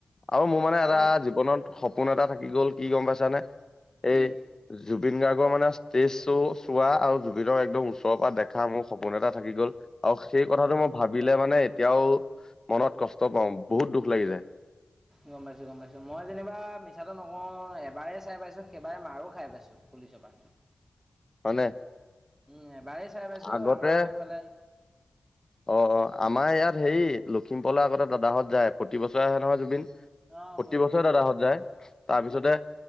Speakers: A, on the left; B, on the right.
A: আৰু মোৰ মানে
B: আৰু
A: এটা জীৱনত স সপোন এটা থাকি গ'ল কি গম পাইছানে
B: কি
A: এই জুবিন গাৰ্গ। মানে ষ্টেজ শ্ব' চোৱা আৰু জুবিনৰ একদম ওচৰৰ পৰা দেখা মোৰ সপোন এটা থাকি গ'ল আৰু সেই কথাটো মই ভাবিলে মানে এতিয়াও মনত কষ্ট পাওঁ। বহুত দুখ লাগি যায়।
B: গম পাইছো গম পাইছো। মই যেনিবা মিছাটো নকওঁ এবাৰে চাই পাইছো, সেইবাৰে মাৰো খাই পাইছো। পুলিচ পৰা
A: হয়নে
B: উম, এবাৰেই চাই পাইছো
A: আগতে
B: আমাৰ সেইফালে।
A: অ' অ' আমাৰ ইয়াত হেৰি লখিমপুৰলৈ আগতে দাদাহঁত যায় প্ৰতি বছৰে আহে নহয় জুবিন।
B: অ
A: প্ৰতি বছৰে দাদা
B: আহে
A: হত
B: যে
A: যায় তাৰ পিছতে
B: উম